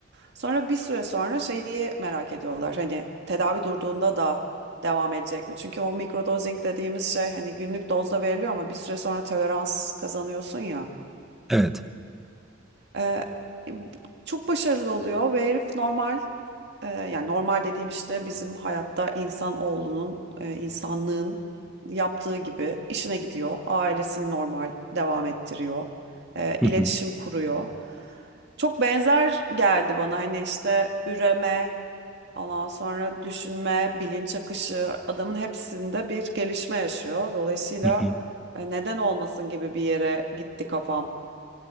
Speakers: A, on the right (about 55°); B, in the centre.
A: Sonra bir süre sonra şeyi merak ediyorlar. Hani tedavi durduğunda da devam edecek mi? Çünkü o mikrodozing dediğimiz şey hani günlük dozda veriliyor ama bir süre sonra tolerans kazanıyorsun ya.
B: Evet.
A: Ee, çok başarılı oluyor ve herif normal ee, yani normal dediğim işte bizim hayatta insanoğlunun, e, insanlığın yaptığı gibi işine gidiyor. Ailesini normal devam ettiriyor. E,
B: Hı
A: iletişim
B: hı.
A: kuruyor. Çok benzer geldi bana hani işte üreme, ondan sonra düşünme, bilinç akışı adamın hepsinde bir gelişme yaşıyor. Dolayısıyla
B: Hı hı.
A: e, neden olmasın gibi bir yere gitti kafam.